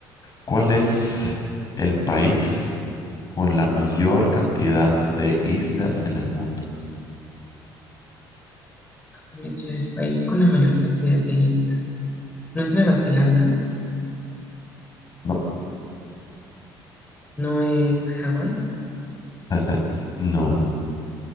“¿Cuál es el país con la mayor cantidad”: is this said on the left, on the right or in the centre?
Left